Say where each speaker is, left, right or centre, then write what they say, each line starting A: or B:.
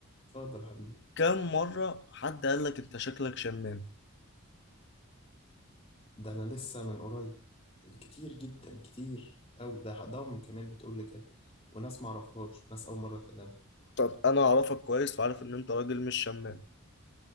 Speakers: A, on the left; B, on the left.
A: اتفضل يا حبيبي
B: كم مرة حد قال لك انت شكلك شمام
A: ده انا لسه من قريب كتير جدا كتير قوي ده ضم كمان بتقول لي كده وناس ما اعرفهاش وناس اول مره اكلمها
B: طب انا اعرفك كويس وعارف ان انت راجل مش شمام